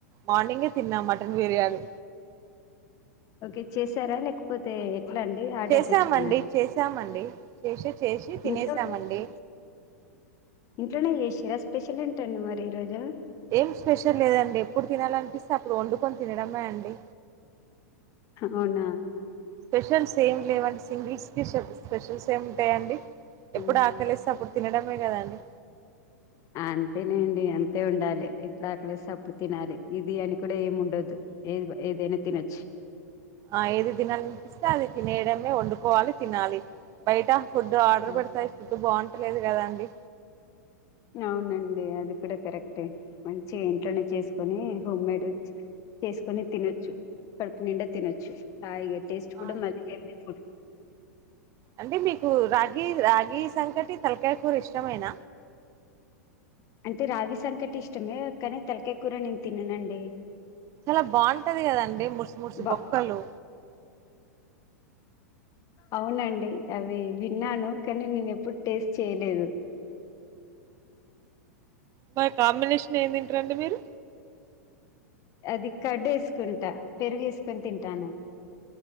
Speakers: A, on the right; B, on the left.
A: మార్నింగే తిన్నా మటన్ బిర్యానీ
B: ఓకె చేసారా లేకపోతే ఎట్లా అండి ఆర్డర్
A: చేసామండి
B: తెచ్చుకున్నారా
A: చేసామండి చేశి చేశి తినేసామండి
B: ఇంట్లో ఇంట్లోనే చేసిరా స్పెషల్ ఏంటండి మరి ఈ రోజు
A: ఏం స్పెషల్ లేదండి ఎప్పుడు తినాలనిపిస్తే అప్పుడు వండుకొని తినడమే అండి
B: అవునా
A: స్పెషల్స్ ఏం లేవండి సింగిల్స్ కి షే స్పెషల్స్ ఏం ఉంటాయండి. ఎప్పుడు
B: ఉమ్.
A: ఆకలేస్తే అప్పుడు తినడమే గదాండి
B: అంతేనేండి అంతే ఉండాలి ఎప్పుడు ఆకలేస్తే అప్పుడు తినాలి ఇది అని కూడా ఏం ఉండద్దు ఏది ఏదైనా తినొచ్చు
A: ఆ ఏది దినాలనిపిస్తే అది తినేయడమే టే, వండుకోవాలి తినాలి బయట ఫుడ్ ఆర్డర్
B: ఉమ్.
A: పెడతే ఫుడ్ బాగుం లేదు కదండీ
B: అవునండి అది కూడా కరెక్టే మంచిగా ఇంట్లోనే చేసుకొని హోమ్మేడ్ చేసుకొని తినొచ్చు కడుపు నిండా తినొచ్చు హాయిగా టేస్ట్
A: ఆ,
B: గూడ <unintelligible>
A: అంటే మీకు రాగి రాగి సంకటి తలకాయ కూర ఇష్టమేన
B: అంటే రాగి సంకటి ఇష్టమే కానీ తలకాయ కూర నేను తిననండి
A: చాలా బాగుంటది కదండి ముర్సు ముర్సు
B: బా
A: బొక్కలు
B: అవునండి అవి విన్నాను కానీ నేను ఎప్పుడు టేస్ట్ చేయలేదు
A: మరి కాంబినేషన్ ఏం తింటరండి మీరు
B: అది కడ్డ్ ఏసుకుంటా పెరుగు ఏసుకొని తింటాను